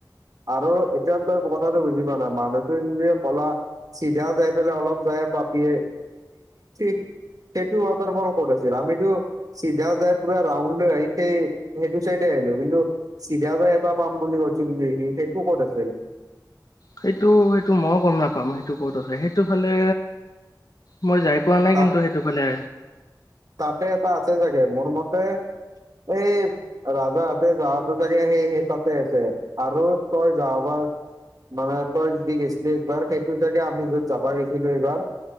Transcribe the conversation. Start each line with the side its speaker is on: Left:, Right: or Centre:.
Right: আৰু এতিয়াও তই কথাটো বুজি পোৱা নাই মানুহটো যদি কলা চিধা যাই পেলাই অলপ যায়ে পাবিয়ে <unintelligible> সেইটো ৱাটাৰফল ক'ত আছিল আমিতো চিধা যায় পোৰা ৰাউণ্ড লয় আহিছে সেইটো চাইডে আহিলো কিন্তু চিধা বাৰি এটা পাম বুলি কৈছিল যে সি, সেইটো ক'ত আছিল।
Left: সেইটো সেইটো ময়ো গম নাপাম সেইটো ক'ত আছে সেইটো ফালে মই যাই পোৱা নাই
Right: তাত
Left: কিন্তু সেইটোফালে।
Right: তাতে এটা আছে চাগে মোৰ মতে এই ৰাজাহঁতে যাৱাতো চাগে সেই সেই তাতে আছে, আৰু তই যোৱাবাৰ মানে তই যি গৈছিলি একবাৰ সেইটো চাগে আমি য'ত যাবা গৈছিলো এইবাৰ